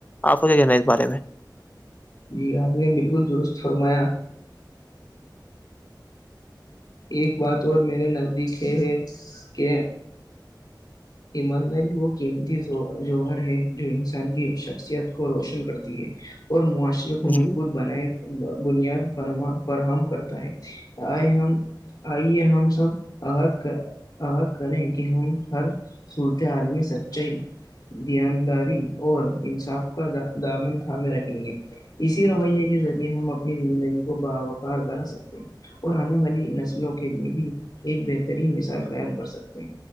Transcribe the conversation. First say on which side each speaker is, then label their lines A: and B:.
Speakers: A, on the left; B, on the left.
A: آپ کو کیا کہنا ہے اس بارے میں
B: جی آپ نے بالکل درست فرمایا ایک بات اور میرے نزدیک یہ ہے کہ ایمانداری وہ قیمتی جوہر ہے جو انسان کی شخصیت کو روشن کرتی ہے اور معاشرے کو
A: جی
B: مضبوط بنائے بنیاد فراہم کرتا ہے آئے ہم آئیے ہم سب عہد کر عہد کرے کہ ہم ہر صورت حال میں سچ سچائی دانداری اور انصاف کا دامن تھامے رکھیں گے اسی رویے کے ذریعے ہم اپنی زندگی کو باوقار بنا سکتے ہیں اور آنے والی نسلوں کے لیے بھی ایک بہترین مثال قائم کر سکتے ہیں